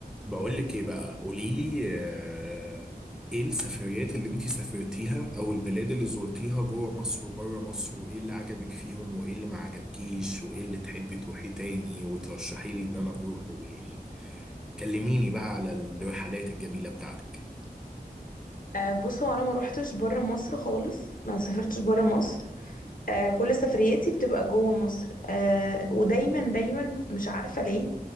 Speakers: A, in the centre; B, on the left.
A: بقول لك ايه بقى قولي لي آه، ايه السفريات اللي انت سافرتيها او البلاد اللي زرتيها جوه مصر وبره مصر وايه اللي عجبك فيهم وايه اللي ما عجبكيش وايه اللي تحبي تروحي تاني وترشحي لي ان انا اروحه يعني كلميني بقى على الرحلات الجميلة بتاعتك
B: آه، بص هو انا ما روحتش بره مصر خالص ما سافرتش بره مصر آه، كل سفرياتي بتبقى جوه مصر آه، ودايما دايما مش عارفة ليه